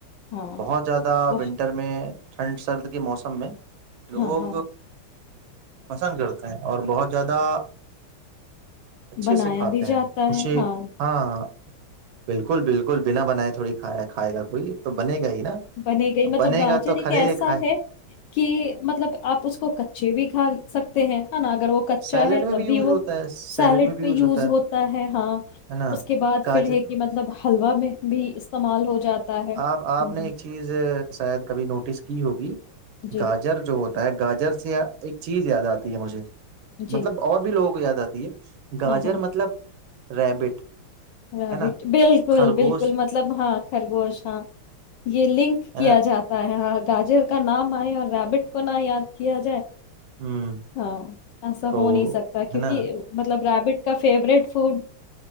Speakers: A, on the left; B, on the right.
A: ہاں
B: بہت زیادہ
A: وہ
B: ونٹر میں ٹھنڈ سرد کے موسم میں لوگ
A: ہاں ہاں
B: پسند کرتے ہیں اور بہت زیادہ اچھے
A: بنایا
B: سے کھاتے
A: بھی جاتا
B: ہیں خوشی
A: ہے ہاں
B: ہاں بالکل بالکل بنا بنائے تھوڑی کھیا کھائے گا کوئی تو بنے گا ہی نا
A: بنی گئی مطلب
B: بنے
A: گاجر
B: گا تو
A: ایک
B: کھلے
A: ایسا
B: کھائے
A: ہے کہ مطلب آپ اس کو کچے بھی کھا سکتے ہیں نا اگر وہ کچا
B: سیلیڈ
A: ہے
B: میں
A: تب بھی
B: یوز
A: وہ
B: ہوتا ہے سیلیڈ
A: سیلڈ
B: میں بھی
A: پہ یوز
B: ہے
A: ہوتا ہے ہاں
B: ہے نا
A: اس کے بعد
B: گاجر
A: پھر ہے کہ مطلب حلوا میں بھی استعمال ہو جاتا ہے ہوں
B: آپ آپ نے
A: ہوں،
B: ایک چیز شاید کبھی نوٹس کی ہوگی
A: جی
B: گاجر جو ہوتا ہے گاجر سے ایک چیز یاد آتی ہے مجھے
A: جی
B: مطلب اور بھی لوگ یاد آتی ہے گاجر
A: ہاں ہاں
B: مطلب ریبٹ
A: رابٹ
B: ہے نا
A: بالکل
B: خرگوش
A: بالکل مطلب ہاں خرگوشا <unintelligible> یہ لنک
B: ہے
A: کیا
B: نا
A: جاتا ہے ہاں تاجر کا نام آئے اور ریبٹ کو نہ یاد کیا جائے <unintelligible>
B: ہ
A: ہاں ایسا
B: تو
A: ہو نہیں سکتا کیونکہ
B: ہے نا
A: مطلب ریبٹ کا فوریٹ فوڈ <unintelligible>